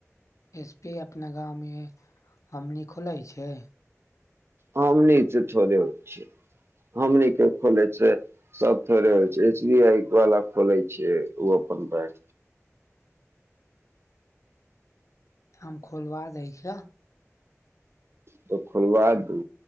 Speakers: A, on the left; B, on the right.
A: एस पी अपना गामवमे हमनी खोलै छै।
B: हमनी त थोड़े होइ छै हमने खोले छै सब थोड़े होइ छै एच बी आई वाला खोलै छैै ओ अपन बैक
A: हम खोलवा दै छियह
B: त खनबा दू